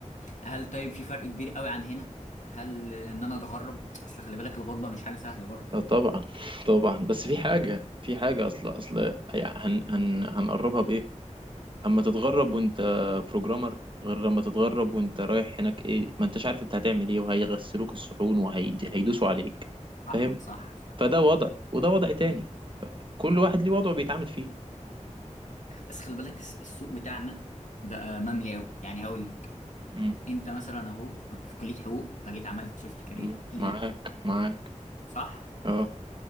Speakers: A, on the left; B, on the right.
A: هل طيب في فرق كبير قوي عن هنا هل ان انا اتغرب اصل خلي بالك الغربه مش حاجه سهله برضه
B: لا طبعا طبعا بس في حاجة في حاجة اصل اصل يعني هن هن هنقربها بايه اما تتغرب وانت بروجرامر غير لما تتغرب وانت رايح هناك ايه ما انتش عارف انت هتعمل ايه وهيغسلوك الصحون وهيدوسوا عليك
A: صح
B: فاهم
A: صح صح
B: فده وضع وده وضع تاني كل واحد ليه وضعه بيتعامل فيه
A: بس خلي بالك الس- السوق بتاعنا بقى مملي قوي يعني هقول لك
B: مم.
A: انت مثلا اهو ك- في كليه حقوق فجيت عملت شيفت كارير
B: مم.
A: ليه
B: معاك معاك
A: صح
B: اه